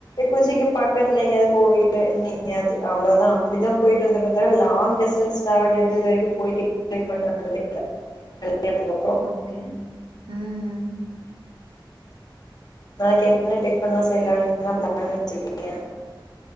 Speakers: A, on the left; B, on the right.
A: குஞ்சிங்க பக்கத்துலலைங்கது கோவில் லு எங்கெங்கியாவது அவ்வளவுதா அப்படிதா போயிட்டு வந்திருக்க தவறா லா் டிஸ்டன்ஸ் ட்ராவல் எது இது வரைக்கும் போயிட்டு வந்ததே கல்யாணத்துக்கு இல்ல அப்புறம்
B: ஓகே உம் உம்
A: நாளைக்கு என்னென்ன டிஃபன்ல்லா செய்யலாம்ன்னு என்ன பிளான் வச்சிருக்கீங்க